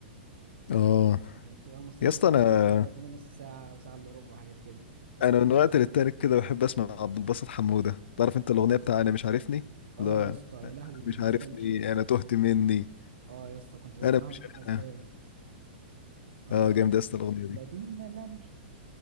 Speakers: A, on the left; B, on the right.
A: اه
B: يعني بتبقى نص ساعة
A: يا اسطى
B: <laughs>
A: انا
B: ممكن تلاقي الأغنية نص ساعة وساعة إلا ربع وحاجات كده
A: انا من وقت للتاني كده بحب اسمع عبد الباسط حمودة تعرف انت الاغنية بتاع انا مش عارفني
B: اه
A: لا
B: يا اسطى
A: أنا
B: يا لهوي دي
A: مش
B: نوستالجيا
A: عارفني انا تهت مني
B: اه يا اسطى كنت بسمعها
A: انا مش
B: وأنا صغير
A: انا
B: اه
A: اه جامدة يا اسطى الاغنية
B: لا
A: دي
B: دي ملامح